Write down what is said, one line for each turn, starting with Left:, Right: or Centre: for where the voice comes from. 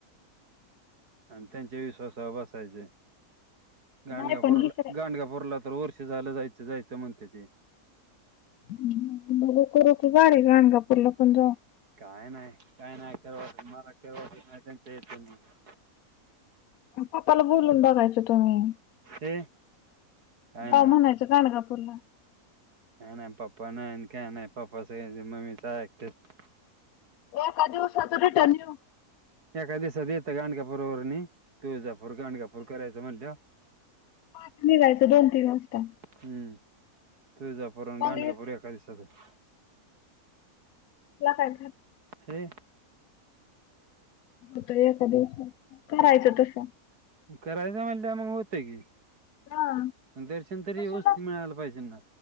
Right: आणि त्यांच्या विश्वासावर बसायचंय. गांगापूरला,
Left: नाही पण हिकडे
Right: गांडगापूरला तर वर्ष झालं जायचं जायचं म्हणते ते
Left: हम्म, बघू करू की गाडी गांडगापूरला पण जाऊ.
Right: काय नाही काय नाही, केळव मला <unintelligible>
Left: अन पप्पाला बोलून बघायच तुम्ही,
Right: हे काय
Left: जाऊ
Right: नाही
Left: म्हणायचं गांडगापूरला.
Right: काय नाय पप्पा नाय अन काय नाय, पप्पाच ह्याज मम्मीच ऐकतेत.
Left: एका दिवसात रिटर्न येऊ.
Right: एका दिसात येतं गांडगापूर वरून ही, तुळजापूर, गाणगापूर करायचं म्हणल्याव?
Left: पहाटं निघायचं, दोन तीन वाजता.
Right: हम्म तुळजापुर अन्
Left: मग
Right: गाणगापूर
Left: येत
Right: एका दिवसात होतं.
Left: ल काय
Right: हे
Left: होत एका दिवसात करायचं तस.
Right: करायचं म्हणलं मग होतं की.
Left: हा
Right: पण दरशन तरी व्यवस्थित
Left: चला
Right: मिळायला पाहिजे ना.